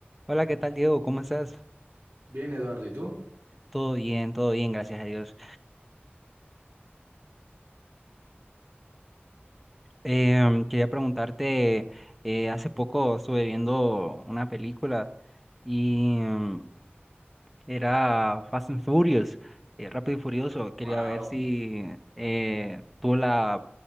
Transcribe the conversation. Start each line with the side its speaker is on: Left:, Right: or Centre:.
Centre: Hola, ¿qué tal, Diego? ¿Cómo estás?
Right: Bien, Eduardo, ¿y tú?
Centre: Todo bien, todo bien, gracias a Dios. Em, quería preguntarte, eh, hace poco estuve viendo una película y em, era Fast and Furious, eh, Rápido y Furioso.
Right: Wow.
Centre: Quería ver si eh, tú la,